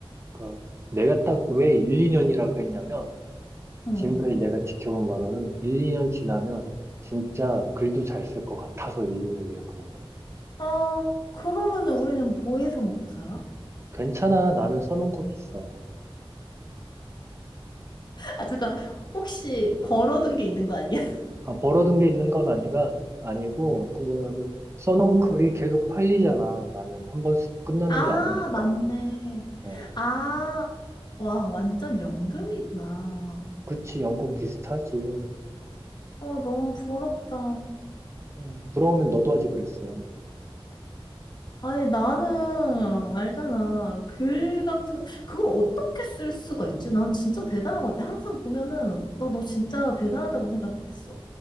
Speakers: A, on the right; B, on the left.
A: 그, 내가 딱 왜 1, 2년이라 그랬냐면,
B: 어.
A: 지금까지 내가 지켜본 바로는 1, 2년 지나면 진짜 글도 잘 쓸 것 같아서 1, 2년이라 그런 거야.
B: 어, 그러면은 우리는 뭐 해서 먹고 살아?
A: 괜찮아. 나는 써놓은 곳 있어.
B: 아, 잠깐, 혹시 벌어둔 게 있는 거 아니야? <laughs>
A: 아, 벌어둔 게 있는 건 아니가, 아니고, 그거, 써놓은 글이 계속 팔리잖아. 나는 한 번 쓰고 끝나는
B: 아,
A: 게 아니니까.
B: 맞네.
A: 어,
B: 아, 와, 완전 연금이구나.
A: 그치, 연금 비슷하지.
B: 어, 너무 부럽다.
A: 음, 부러우면 너도 하지 그랬어.
B: 아니, 나는 알잖아. 글 같은, 그걸 어떻게 쓸 수가 있지? 난 진짜 대단한 것 같아. 항상 보면은, 너, 너 진짜 대단하다고 생각했어.